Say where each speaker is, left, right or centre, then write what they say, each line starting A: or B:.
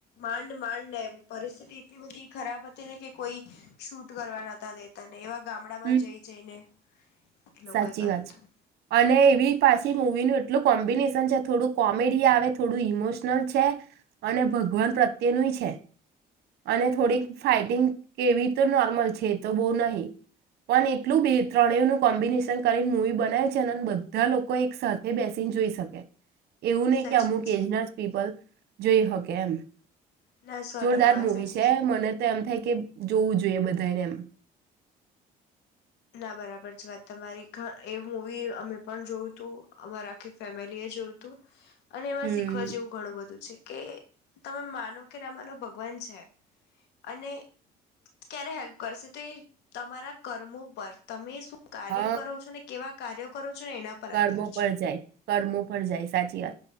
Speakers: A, on the left; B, on the right.
A: માંડ માંડ ને એમ પરિસ્થિતિ એટલી બધી ખરાબ હતી ને કે કોઈ શૂટ કરવા નાતા દેતા ને એવા ગામડામાં
B: હમ
A: જઈ જઈને એ લોકોએ
B: સાચી
A: કર્યું
B: વાત
A: હતું
B: છે અને એવી પાછી મવી ન એટલું કોમ્બિનેશન છે થોડું કોમેડી આવે થોડું ઈમોશનલ છે અને ભગવાન પ્રત્યેનું છે અને થોડીક ફાઈટિંગ કેવી તો નોર્મલ છે તો બહુ નહીિ પણ એટલું બે ત્રણે ન કોમ્બિનેશન કરીને મુવી બનાવે છે અને બધા લોકો એક સાથે બેસીને જોઈ શકે એવું
A: સાચી
B: નહિ કે અમુક
A: વાત છે.
B: એજના પીપલ જોઈ હોકે એમ
A: ના સો
B: <unintelligible> જોરદાર
A: ટકા વાત
B: મુવી
A: સાચી
B: છે મને તો એમ થાય કે જોવું જોઈએ બધાને એમ <inaudible>
A: ના બરાબર જ વાત તમારી એ મૂવી અમે પણ જોયું તું અમારે આખી ફેમિલી એ જોયું હતું અને એમાં
B: હમ
A: શીખવા જેવું ઘણું બધું છે કે તમે માનો કેનેમારો ભગવાન છે અને ક્યારે હેલ્પ કરશે તો એ તમારા કર્મો પર તમે શું કાર્ય
B: હા
A: કરો છો ને કેવા કાર્ય કરો એના પર
B: કર્મો
A: આધાર છે
B: પર જાય કર્મો પર જાય સાચી વાત